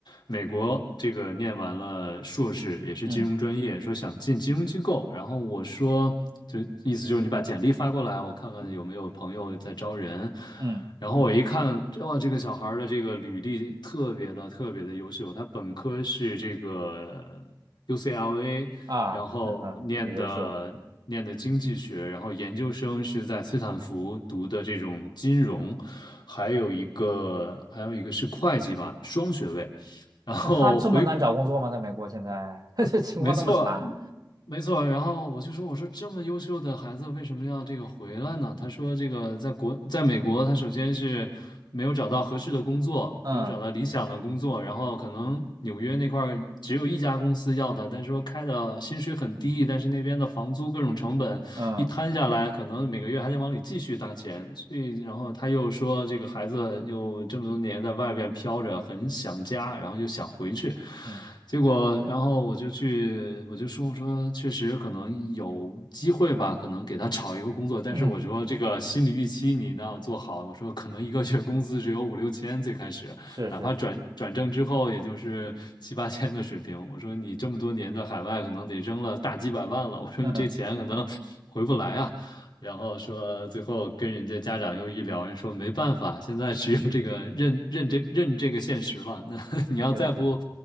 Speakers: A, on the left; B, on the right.
A: 美国这个念完了硕士，也是金融专业，
B: 嗯
A: 说想进金融机构。然后我说，就意思就是你把简历发过来，我看看有没有朋友在招人。
B: 嗯
A: 然后我一看，这哇，这个小孩儿的这个履历特别的特别的优秀，他本科是这个 UCLA，
B: 啊，
A: 然后念的念的经济学，
B: 那很很优秀。
A: 然后研究生是在斯坦福读的这种金融，还有一个还有一个是会计吧，双学位。然后回，
B: 那他这么难找工作吗？在美国现在 <laughs> 这情况那么惨，
A: 没错，没错。然后我就说，我说这么优秀的孩子为什么要这个回来呢？他说，这个在国，在美国，他首先是没有找到合适的工作，
B: 嗯
A: 没有找到理想的工作，然后可能纽约那块儿只有一家公司要他，但是说开的薪水很低，但是那边的房租各种成本。
B: 嗯
A: 一摊下来，可能每个月还得往里继续搭钱，所以然后他又说这个孩子又这么多年在外边飘着，很想家，然后又想回去，
B: 嗯
A: 结果然后我就去我就说我说确实可能有机会吧，可能给他找一个工作，但是我说这个心理预期你一定要做好，
B: 嗯，
A: 我说可能一个月工资只有五六千最开始。
B: 是是是，
A: 哪怕转转正之后，也就是七八千的水平。我说你这么多年在海外，可能得扔了大几百万了。我说你这钱可能回不来啊。
B: 嗯，
A: 然后说最后跟人家家长又一聊，人说没办法，现在只有这个认认这认这个现实了。那 <laughs> 你要再不
B: 对对